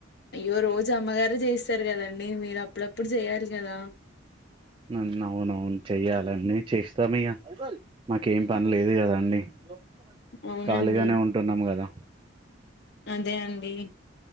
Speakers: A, on the left (about 55°); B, on the right (about 25°).
A: అయ్యో రోజు అమ్మగారే చేస్తారు కదండి మీరు అప్ అప్పుడప్పుడు చేయాలి కదా
B: నన్ను అవునవును చెయ్యాలండి చేస్తామ్ ఇగ మాకేం పని
A: అవు-
B: లేదు కదాండి హలో
A: అవునండి
B: ఖాళీగానే ఉంటున్నాము కదా
A: అదే అండి